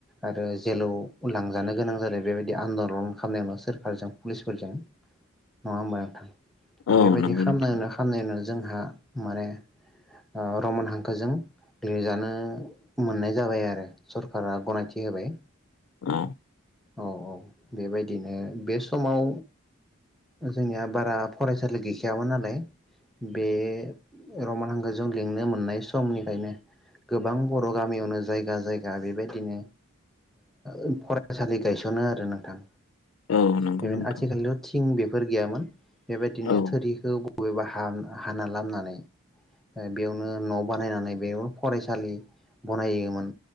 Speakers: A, in the centre; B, on the left.
A: आरो जेलाव लांजानो गोनां जादो बेबायदि आन्दालन खालामनायावनो सोरखारजों पुलिसफोरजों नङा होमबा नोंथां
B: औ
A: बेबायदि
B: नंगौ
A: खामनायावनो
B: नोंथां
A: जोंहा माने ओ रमान हांखोजों लिरजानो मोननाय जाबाय आरो सरखारा गनायथि होबाय
B: औ
A: औ औ बेबायदिनो बे समाव जोंनिया बारा फरायसालि गैखायामोन नालाय बे रमान हांखोजों लिंनो मोननाय समनिफ्रायायनो गोबां बर' गामियावनो जायगा जायगा बेबायदिनो ओ फरायसालि गायसनो आरो नोंथां
B: औ नंगौ
A: बेबायनो
B: नोंथां
A: आथिखालनिर' थिं बेफोर गैयामोन बेबायदिनो
B: औ
A: थोरिखौ बबेबा हा हाना लामनानै बेयावनो न' बानायनानै बेयावनो फरायसालि बनायोमोन